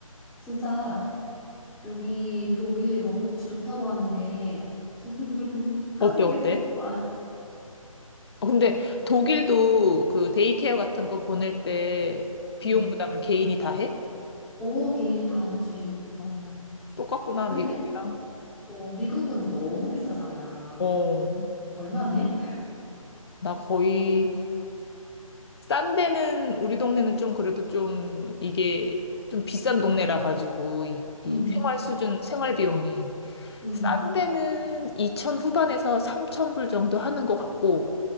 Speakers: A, in the centre; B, on the left.
A: 진짜 여기 독일 뭐 복지 좋다고 하는데 <laughs> 한국이
B: 어때, 어때?
A: 더 좋아.
B: 어, 근데 독일도 그 데이케어 같은 거 보낼 때 비용
A: 응.
B: 부담을 개인이 다 해?
A: 오, 개인이 다 하지.
B: 어, 똑같구나,
A: 근데
B: 미국이랑.
A: 어, 미국은 너무 비싸잖아.
B: 어,
A: 얼마네?
B: 나 거의, 싼 데는, 우리 동네는 좀 그래도 좀 이게 좀 비싼 동네라 가지고 이, 이
A: 응.
B: 생활 수준, 생활 비용이.
A: 응.
B: 싼 데는 2천 후반에서 3천 불 정도 하는 것 같고,